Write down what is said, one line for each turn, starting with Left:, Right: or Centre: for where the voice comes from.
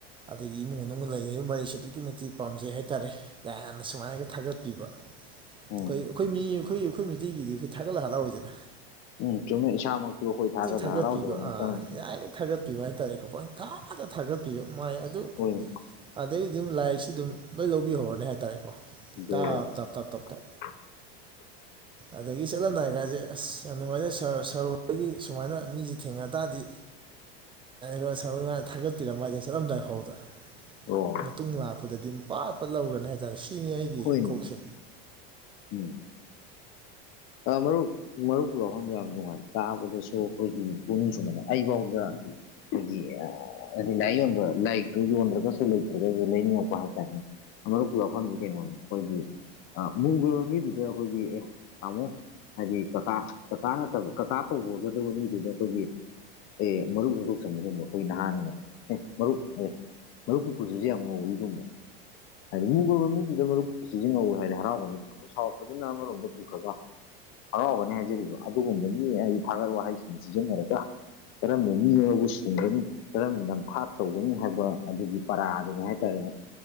Right: ꯑꯗꯒꯤ ꯏꯃꯨꯡ ꯃꯅꯨꯡ ꯂꯩꯅꯔꯤꯕ ꯃꯔꯤꯁꯦ ꯑꯗꯨꯛꯀꯤ ꯃꯇꯤꯛ ꯄꯥꯝꯖꯩ ꯍꯥꯏ ꯇꯥꯔꯦ ꯌꯥꯝꯅ ꯁꯨꯃꯥꯏꯅꯒ ꯊꯥꯒꯠꯄꯤꯕ ꯑꯩꯈꯣꯏ
Left: ꯎꯝ
Right: ꯑꯩꯈꯣꯏ ꯃꯤ ꯑꯩꯈꯣꯏ ꯑꯩꯈꯣꯏ ꯃꯩꯇꯩꯒꯤꯗꯤ ꯑꯩꯈꯣꯏ ꯊꯥꯒꯠꯂ ꯍꯔꯥꯎꯋꯏꯗꯅ
Left: ꯎꯝ ꯆꯨꯝꯃꯦ ꯏꯁꯥꯃꯛꯁꯨ ꯑꯩꯈꯣꯏ ꯊꯥꯒꯠꯗ
Right: ꯊꯥꯒꯠꯄꯤꯕ
Left: ꯍꯔꯥꯎꯖꯕꯅꯤꯇꯕꯅꯤ
Right: ꯑꯥ ꯌꯥꯔꯤꯉꯩ ꯊꯥꯒꯠꯄꯤꯕ ꯍꯥꯏꯇꯥꯔꯦꯀꯣ ꯄꯅ ꯊꯥꯗ ꯊꯥꯒꯠꯄꯤꯕ ꯃꯥꯏ ꯑꯗꯨ
Left: ꯑꯣꯏꯅ
Right: ꯑꯗꯩ ꯑꯗꯨꯝ ꯂꯥꯏꯔꯤꯛꯁꯤ ꯑꯗꯨꯝ ꯂꯣꯏ ꯂꯧꯕꯤꯍꯧꯔꯅꯤ ꯍꯥꯏ ꯇꯔꯦꯀꯣ
Left: ꯖꯦꯔꯣ
Right: ꯇ ꯇ ꯇ ꯇ ꯇ
Left: <unintelligible> <inaudible>
Right: ꯑꯗꯒꯤ ꯆꯠꯂꯝꯗꯥꯏꯀꯁꯦ ꯑꯁ ꯌꯥꯝ ꯅꯨꯡꯉꯥꯏꯖꯔꯦ ꯁꯔ ꯁꯔ ꯍꯗꯒꯤ ꯁꯨꯃꯥꯏꯅ ꯃꯤꯁꯦ ꯊꯦꯡꯅ ꯇꯥꯔꯗꯤ ꯌꯥ ꯁ ꯊꯥꯒꯠꯄꯤꯔꯝꯃ ꯍꯥꯏꯁꯦ ꯆꯠꯂꯝꯗꯥꯏ ꯐꯥꯎꯗ
Left: ꯑꯣ
Right: ꯃꯇꯨꯡ ꯂꯥꯛꯄꯗꯗꯤ ꯄꯥꯠꯄꯠ ꯂꯧꯒꯅꯤ ꯍꯥꯏꯇꯥꯥꯔꯦ ꯀ ꯍꯥꯏꯒꯤ
Left: ꯍꯣꯏꯅꯦ
Right: ꯀꯣꯛꯁ
Left: ꯎꯝ ꯃꯔꯨꯞ ꯃꯔꯨꯞ ꯌꯥꯍꯪꯕ ꯌꯥꯝ ꯅꯨꯡꯉꯥꯏ ꯇꯥꯕꯗꯁꯨ ꯑꯩꯈꯣꯏꯒꯤ ꯄꯨꯛꯅꯤꯡ ꯁꯨꯕꯅ ꯑꯩꯐꯥꯎꯗ ꯍꯥꯏꯗꯤ ꯍꯥꯏꯗꯤ ꯂꯥꯏ ꯌꯣꯟꯕ ꯂꯥꯏꯔꯤꯛꯇꯨ ꯌꯣꯟꯗ꯭ꯔꯒꯁꯨ ꯂꯩꯇ꯭ꯔꯒꯁꯨ ꯂꯩꯅꯤꯡꯉꯛꯄ ꯍꯥꯏꯇꯥꯔꯦ ꯃꯔꯨꯞꯀꯤ ꯋꯥꯐꯝꯁꯦ ꯀꯩꯅꯣ ꯑꯩꯈꯣꯏꯒꯤ ꯃꯨꯒꯤꯕ ꯃꯤꯗꯨꯗ ꯑꯩꯈꯣꯏꯒꯤ ꯑꯦ ꯇꯥꯃꯣ ꯍꯥꯏꯗꯤ ꯀꯀꯥ ꯀꯀꯥ ꯅꯠꯇꯕ ꯀꯀꯥ ꯀꯧꯕꯒꯗꯕ ꯃꯤꯗꯨꯗ ꯑꯩꯈꯣꯏꯒꯤ ꯑꯦ ꯃꯔꯨꯞ ꯃꯔꯣꯛ ꯁꯪꯕ ꯁꯗꯣ ꯑꯩꯈꯣꯏ ꯅꯍꯥꯟꯅꯀ ꯑꯦ ꯃꯔꯨꯞ ꯑꯦ ꯃꯔꯨꯞꯈꯄꯨꯔꯁꯨꯁꯦ ꯌꯥꯝ ꯉꯧꯤꯒꯨꯝꯕ ꯍꯥꯏꯗꯤ ꯃꯤ ꯀꯣꯏꯕ ꯃꯤꯗꯨꯗ ꯃꯔꯨꯞ ꯄꯨꯟꯁꯤꯁꯤ ꯉꯧꯋꯦ ꯍꯥꯏꯗꯤ ꯍꯔꯥꯎꯕꯅꯤꯅꯈꯣꯏ ꯁꯥꯎꯔꯛꯄꯗꯨꯅ ꯑꯃꯔꯣꯝꯗ ꯄꯨꯈ꯭ꯔꯒ ꯍꯔꯥꯎꯕꯅꯤ ꯍꯥꯏꯖꯔꯤꯕ ꯑꯗꯨꯒꯨꯝꯕ ꯃꯤ ꯑꯩ ꯊꯥꯒꯠ ꯋꯥꯍꯩꯁꯤꯡꯗꯨ ꯁꯤꯖꯤꯟꯅꯔꯒ ꯀꯔꯝꯝꯕ ꯃꯤ ꯑꯃꯕꯨ ꯁꯨꯡꯒꯅꯤ ꯀꯔꯝ ꯅꯝꯊꯥꯛ ꯇꯧꯒꯅꯤ ꯍꯥꯏꯕ ꯑꯗꯨꯒꯤ ꯄꯔꯥ ꯑꯗꯨꯅꯦ ꯍꯥꯏꯇꯥꯔꯦ